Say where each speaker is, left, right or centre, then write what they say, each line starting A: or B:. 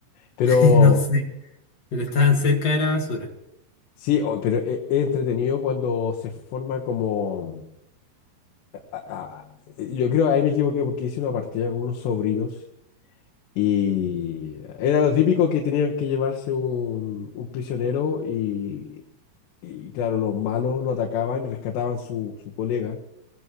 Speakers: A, on the left; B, on the left.
A: Pero
B: <laughs> No sé, pero estaban cerca de la basura.
A: sí, o- pero e- es, entretenido cuando se forma como. a- a- yo creo, ahí me equivoqué porque hice una partida con unos sobrinos y era lo típico que tenían que llevarse un, un prisionero y, y claro, los malos lo atacaban y rescataban su, su colega.